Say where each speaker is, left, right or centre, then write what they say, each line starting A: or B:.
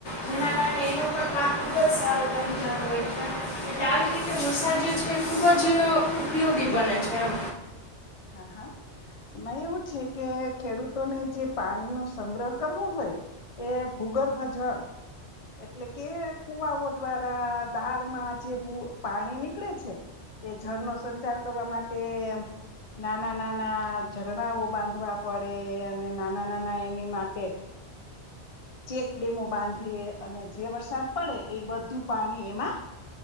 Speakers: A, on the left; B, on the left.
A: જેના કારણે એનો પણ પાક ખૂબ જ સારો બની જતો હોય છે એટલે આવી રીતે વરસાદ જે છે. ખૂબ જ ઉપયોગી બને છે એમ.
B: હા હા એમાં એવું છે કે ખેડૂતોને જે પાણીનોો સંગ્રહ કરવો હોય એ ભૂગર્ભ જળ એટલે કે કુવાઓ દ્વારા દારમાં જે પાણી નીકળે છે એ જળનો સંચાર કરવા માટે નાના નાના ઝરણાઓ બાંધવા પડે અને નાના નાના એની માટે. ચેકડેમો બાંધે અને જે વરસાદ પડે એ બધું પાણી એમાં